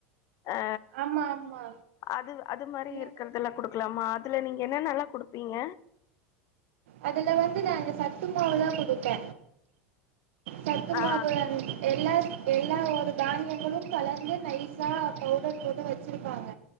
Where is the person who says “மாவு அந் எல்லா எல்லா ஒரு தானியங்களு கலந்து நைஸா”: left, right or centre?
Right